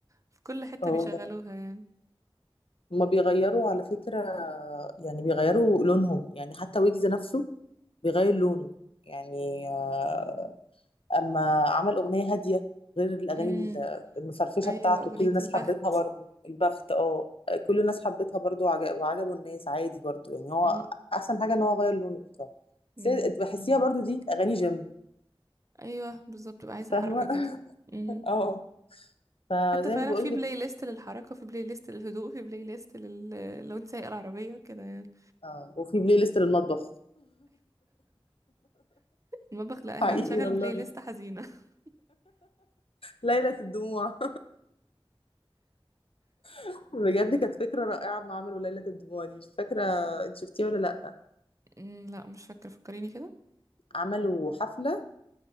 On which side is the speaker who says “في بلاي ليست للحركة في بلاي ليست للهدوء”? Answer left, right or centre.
Right